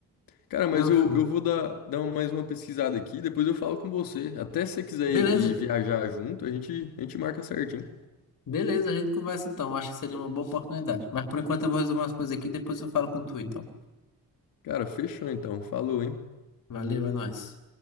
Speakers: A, on the left; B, on the left.
A: Cara, mas
B: Não,
A: eu,
B: show.
A: eu vou dar, dar mais uma pesquisada aqui, depois eu falo com você. Até se você quiser
B: Beleza,
A: ir, ir viajar junto, a gente, a gente marca certinho.
B: beleza, a gente conversa então. Acho que seria uma boa oportunidade. Mas por enquanto eu vou resolver umas coisas aqui, depois eu falo com tu, então.
A: Cara, fechou então. Falou, hein?
B: Valeu, é nóis.